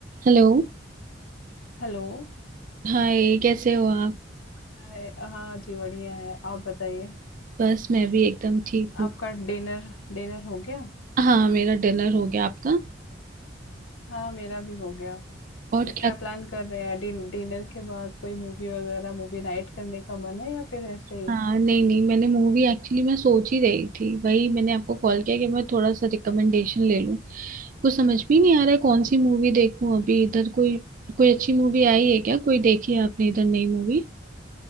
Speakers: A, on the right; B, on the left.
A: Hello
B: Hello
A: Hi कैसे हो आप
B: Hi हाँ जी बढ़िया है आप बताइए
A: बस मैं भी एकदम ठीक हूँ
B: आपका डिनर डिनर हो गया
A: हाँ मेरा डिनर हो गया आपका
B: हाँ मेरा भी हो गया
A: और
B: तो
A: क्या
B: क्या प्लान कर रहे हैं डिन, डिनर के बाद कोई मूवी वगैरह मूवी नाइट करने का मन है या फिर ऐसे ही
A: हाँ नहीं नहीं मैंने मूवी एक्चुअली मैं सोच ही रही थी वही मैंने आपको कॉल किया कि मैं थोड़ा सा रिकमेंडेशन ले लूँ कुछ समझ भी नहीं आ रहा है कौन सी मूवी देखूँ अभी इधर कोई कोई अच्छी मूवी आई है क्या कोई देखी है आपने इधर नई मूवी